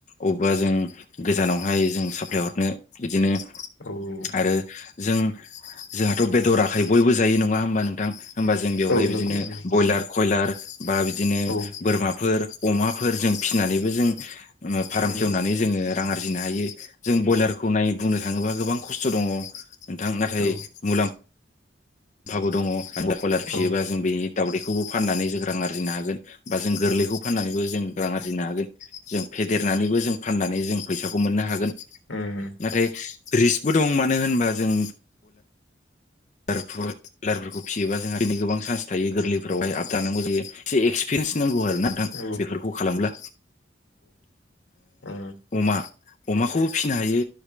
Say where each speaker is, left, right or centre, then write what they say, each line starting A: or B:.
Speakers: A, on the left; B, on the left.
A: अबेबा जों गोजानावहाय जों साप्लाय हरनो बिदिनो
B: औ
A: ओ जों जोंहाथ' बेदराखै बयबो जायो नङा होमबा नोंथां होमबा जों बेवहाय
B: औ नंगौ
A: बिदिनो
B: नंगौ
A: बयलार कयलार बा बिदिनो
B: औ
A: बोरमाफोर अमाफोर जों फिसिनानैबो जों फार्म
B: उम
A: खेवनानै जोंङो रां आरजिनो हायो। जों बयलारखौ नाय बुंनो थांङोबा गोबां खस्थ' दंङ नोंथां नाथाय
B: औ
A: मुलाम्फ मुलाम्फाबो दङ आं बयलार फिसियोबा
B: औ उम
A: जों बेज्नि दावदैखौबो फाननानै जों रां आरजिनो हागोन बा जों गोरलैखौ फाननानैबो जों रां आरजिनो हागोन जों फेदेरनानैबो जों फाननानै जों फैसाखौ मोननो हागोन
B: ओम
A: नाथाय रिस्कबो दं मानो होनबा जों लारफोरखौ फियोबा जोंहा दिननि गोबां चान्स थायो गोरलैफोरावहाय आबदानांगौ जायो एसे एक्सपिरियेन्स नांगौ आरो नाथां
B: औ
A: बेफोरखौ खालामब्ला
B: उम औ
A: ओ अमा अमाखौबो फिसिनो हायो